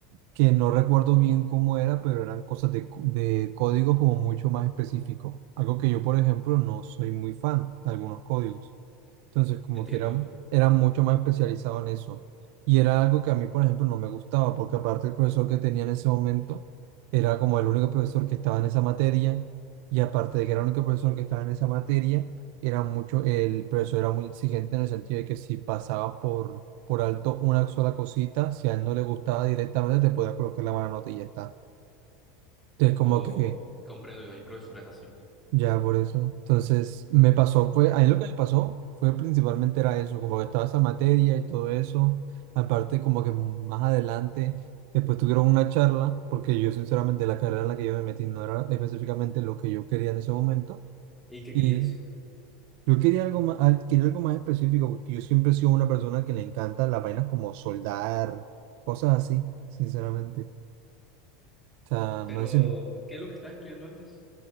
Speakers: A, on the right; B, in the centre.
A: Que no recuerdo bien cómo era, pero eran cosas de, co- de códigos como mucho más específicos. Algo que yo, por ejemplo, no soy muy fan de algunos códigos. Entonces, como
B: Entiendo,
A: que era, era mucho más especializado en eso. Y era algo que a mí, por ejemplo, no me gustaba, porque aparte el profesor que tenía en ese momento era como el único profesor que estaba en esa materia, y aparte de que era el único profesor que estaba en esa materia, era mucho, el profesor era muy exigente en el sentido de que si pasabas por, por alto una sola cosita, si a él no le gustaba directamente, te podía colocar la mala nota y ya está. Entonces, como
B: o
A: que
B: comprendo, yo hay profesores así.
A: ya, por eso. Entonces, me pasó, fue, a mí lo que me pasó fue principalmente era eso, como que estaba esa materia y todo eso. Aparte, como que más adelante, después tuvieron una charla, porque yo sinceramente la carrera en la que yo me metí no era específicamente lo que yo quería en ese momento.
B: ¿Y qué
A: Y
B: querías?
A: yo quería algo más, al- quería algo más específico, porque yo siempre he sido una persona que le encanta las vainas como soldar, cosas así, sinceramente. O sea,
B: Pero,
A: no es...
B: ¿qué es lo que estás estudiando antes?